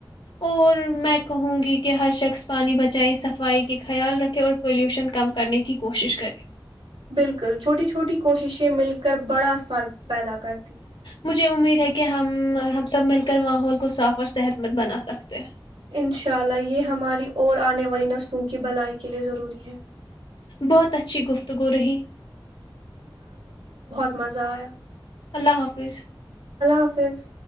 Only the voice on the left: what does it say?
اور میں کہوں گی کہ ہر شخص پانی بچائیں صفائی کا خیال رکھے اور پلیوشن کم کرنے کی کوشش کریں
مجھے امید ہے کہ ہم ہم سب مل کر ماحول کو صاف اور صحت مند بنا سکتے ہیں
بہت اچھی گفتگو رہی
اللہ حافظ